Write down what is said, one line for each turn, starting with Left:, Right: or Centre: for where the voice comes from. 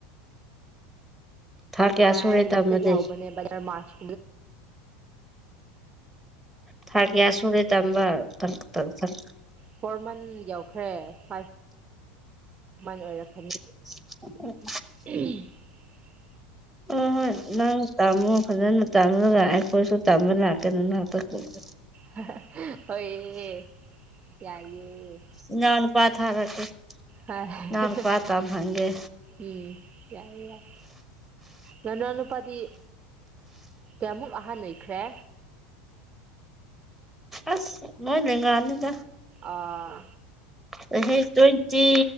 Centre: ꯊꯥ ꯀꯌꯥ
Right: ꯃꯥꯔꯆꯗꯒꯤ
Centre: ꯁꯨꯔꯦ ꯇꯝꯕꯗꯤ
Right: ꯍꯧꯕꯅꯦꯕ ꯗꯔ ꯃꯥꯔꯆ
Centre: ꯊꯥ ꯀꯌꯥ
Right: <unintelligible>
Centre: <unintelligible> <unintelligible>
Right: ꯐꯣꯔ ꯃꯟ ꯌꯎꯈ꯭ꯔꯦ ꯐꯥꯏꯚ ꯃꯟ ꯑꯣꯏꯔꯛꯀꯅꯤ
Centre: <inaudible>
Right: <unintelligible>
Centre: ꯍꯣꯏ ꯍꯣꯏ ꯅꯪ ꯇꯝꯃꯣ ꯐꯖꯅ ꯇꯥꯃꯒ ꯑꯩꯈꯣꯏꯁꯨ ꯇꯝꯕ ꯂꯥꯛꯀꯦ ꯅꯅꯥꯛꯇ <inaudible>
Right: ꯍꯥꯍꯥ ꯍꯣꯏꯌꯦ ꯌꯥꯏꯌꯦ
Centre: ꯏꯅꯥꯎꯅꯨꯄꯥ ꯊꯥꯔꯛꯀꯦ
Right: ꯍꯥꯏ ꯍꯍ
Centre: ꯏꯅꯥꯎ
Right: <unintelligible>
Centre: ꯅꯨꯄꯥ ꯇꯝꯍꯟꯒꯦ
Right: ꯎꯝ ꯌꯥꯏꯌꯦ ꯌꯥꯏ ꯅꯅꯥꯎꯅꯨꯄꯥꯗꯤ ꯀꯌꯥꯃꯨꯛ ꯑꯍꯟ ꯑꯣꯏꯈ꯭ꯔꯦ
Centre: ꯑꯁ ꯅꯣꯏ ꯂꯦꯡꯒꯥꯅꯤꯗꯥ
Right: ꯑꯥ
Centre: ꯆꯍꯤ ꯇ꯭ꯋ‌ꯦꯟꯇꯤ